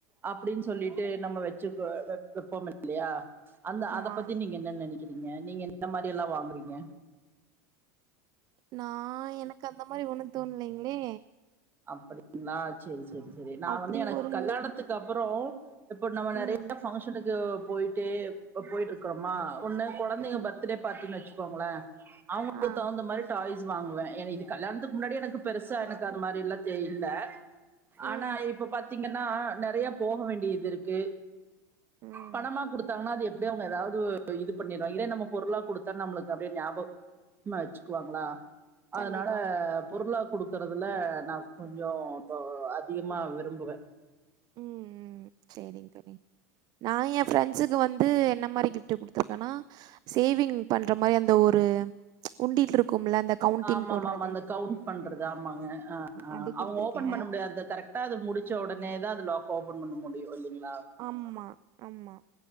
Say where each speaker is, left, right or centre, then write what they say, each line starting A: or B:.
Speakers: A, on the right (about 20°); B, on the right (about 45°).
A: அப்டின்னு சொல்லிட்டு நம்ம வச்சு வை வைப்போம் இல்லையா அந்த
B: ஆமா
A: அத பத்தி நீங்க என்ன நினைக்கிறீங்க நீங்க இந்த மாரில்லாம் வாங்குறீங்க
B: நா எனக்கு அந்த மாரி ஒண்ணு தோண்லைங்களே
A: அப்டிங்களா செரி செரி செரி நா
B: அப்டி
A: வந்து எனக்கு
B: ஒரு
A: கல்யாணத்துக்கு அப்றோ இப்போ நம்ம நெறைய
B: ம்
A: பங்க்ஷனுக்கு போய்ட்டு போயிட்டுருக் கமா ஒன்னு குழந்தைங்க
B: ம்
A: பர்த்டே பார்ட்டினு வச்சுக்கோங்களே அவங்களுக்
B: ஆ
A: தகுந்த மாரி டாய்ஸ் வாங்குவே எனக்கு இது கல்யாணத்துக்கு முன்னாடி எனக்கு பெருசா எனக்கு அது மாரில்லா இல்ல ஆனா
B: ம்
A: இப்ப பாத்தீங்கன்னா நெறைய போக வேண்டியதுருக்கு
B: ம்
A: பணமா கொடுத்தாங்கன்னா அது எப்டி அவங்க ஏதாவது இது பண்ணடுவாங்க இதே நம்ம பொருளா கொடுத்தா நமளுக்கு அப்டியே ஞாப கமா வச்சுக்குவாங்களா அதனால
B: கண்டிப்பா
A: பொருளா குடுக்கிறதுள்ள நான் கொஞ்சோ இப்ப அதிகமா விரும்புவே
B: ம் ம் செரி <unintelligible> நா என் ஃப்ரெண்ட்ஸுக்கு வந்து என்ன மாரி கிஃப்ட் குடுத்துருக்கேன்னா சேவிங் பண்ற மாரி அந்த ஒரு உண்டீல்ருக்கும்ல அந்த கவுண்டிங்
A: ஆம்மாம்மாம்மா
B: போடுறது
A: அந்த கவுண்ட் பண்றது ஆமாங்க ஆ
B: அது குடுத்துருக்கே
A: அவங்க ஓபன் பண்ண முடியா கரெக்ட் டா அது முடிச்ச உடனேதா அது லாக்க ஓபன் பண்ண முடியு இல்லிங்களா
B: அம்மா அம்மா